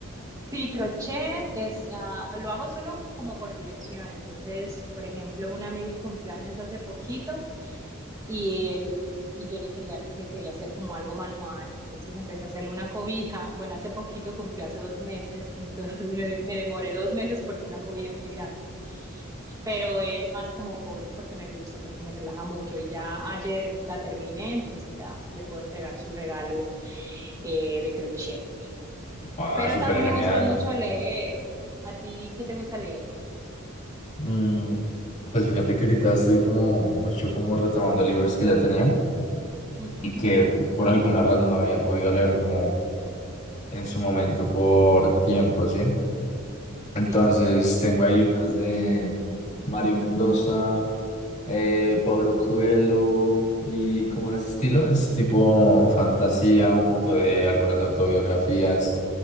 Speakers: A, on the right (about 15°); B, on the left (about 35°).
A: Sí, crochet es, ah, lo hago solo como por diversión. Entonces, por ejemplo, un amigo cumplió años hace poquito. y él y yo le quería le quería hacer como algo manual, entonces empecé a hacerle una cobija. Bueno, hace poquito cumplió hace dos meses, entonces <laughs> me, me demoré dos meses porque una cobija es muy grande, pero es más como por porque me gusta, porque me relaja mucho y ya ayer la terminé, entonces ya le puedo entregar su regalo eh, de crochet.
B: Ah,
A: Pero
B: súper
A: también
B: genial.
A: me gusta mucho leer. ¿A ti qué te gusta leer?
B: Mm, pues fíjate que ahorita estoy como mucho como retomando libros que ya tenía
A: Ujú,
B: y que por alguna razón no había podido leer como en su momento por tiempo, ¿sí? Entonces
A: sí.
B: tengo ahí unos de Mario Mendoza, eh, Pablo Coelho y como de ese estilo. Es tipo fantasía, un poco de algunas autobiografías.